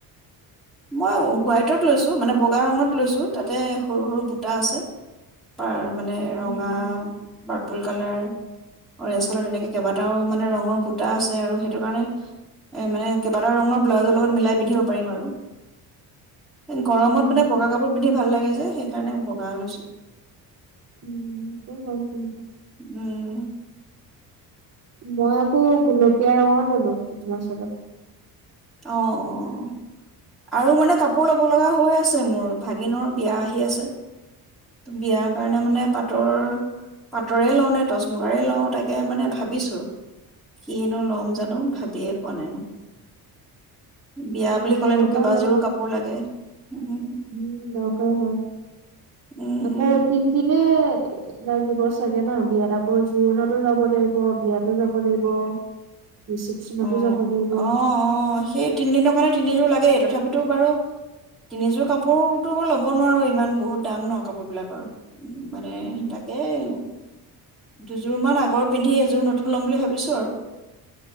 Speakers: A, in the centre; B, on the right.
A: মই হোৱাইটত লৈছো, মানে বগা ৰঙত লৈছো, তাতে সৰু সৰু বুটা আছে, পাৰ মানে ৰঙা
B: অ অ',
A: পাৰ্পল কালাৰ, অৰেঞ্জ কালাৰ তেনেকে কেইবাটাও মানে ৰঙৰ বুটা আছে আৰু সেইটো কাৰণে এ মানে কেইবাটা ৰঙৰ ব্লাউজৰ লগত মিলাই পিন্ধিব পাৰিম আৰু। এ গৰমত
B: অ',
A: মানে বগা
B: তাৰ
A: কাপোৰ পিন্ধি ভাল লাগে যে। সেইকাৰণে বগা লৈছো।
B: উম, সেইটো হয় কিন্তু।
A: উম।
B: মই আকৌ গুলপীয়া ৰঙৰ ল'লো মেখেলা-চাদৰ।
A: অ', অ' আৰু মানে কাপোৰ ল'ব লগা হৈ আছে মোৰ, ভাগিনৰ বিয়া আহি আছে, বিয়াৰ কাৰণে মানে পাটৰ, পাটৰে লওঁ নে টচ মুগাৰে লওঁ, তাকে মানে ভাবিছো, কিনো ল'ম জানো ভাবিয়ে পোৱা নাই মই। বিয়া
B: অ
A: বুলি ক'লেতো
B: ল'বা
A: কেইবাযোৰো
B: ল'বা
A: কাপোৰ লাগে। উম।
B: উম, দৰকাৰ হয়।
A: উম
B: আকৌ
A: উম
B: তিন দিনে লাগিব চাগে ন, বিয়াত আকৌ জোৰোণতো যাব লাগিব, বিয়াতো যাব লাগিব। ৰিচিপচনতো
A: অ',
B: যাব লাগিব
A: অ', অ', সেই তিনিদিনৰ কাৰণে তিনিযোৰ লাগেই, তথাপি টো বাৰু তিনিযোৰ কাপোৰতোবো ল'ব নোৱাৰো, ইমান বহুত দাম ন কাপোৰ বিলাকৰ। মানে
B: উম
A: তাকেই দুযোৰ মান আগৰ পিন্ধি এযোৰ নতুন ল'ম বুলি ভাবিছো আৰু।